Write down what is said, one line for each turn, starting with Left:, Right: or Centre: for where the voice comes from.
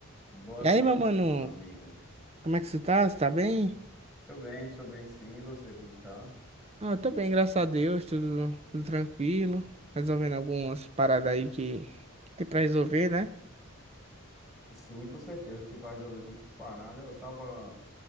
Centre: Boa
Right: E
Centre: tarde,
Right: aí, meu mano,
Centre: meu amigo.
Right: como é que você tá? Você tá bem?
Centre: Estou bem, estou bem sim. E você, como tá?
Right: Ah, eu tô bem, graças a Deus, tudo, tudo tranquilo. Resolvendo algumas paradas aí que, que tem pra resolver, né?
Centre: Sim, com certeza. Tipo, pra resolver muitas paradas. Eu tava